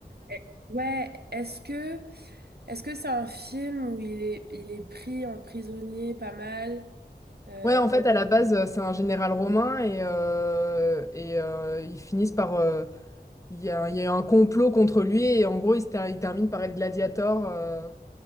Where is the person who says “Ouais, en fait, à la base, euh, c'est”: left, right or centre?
Left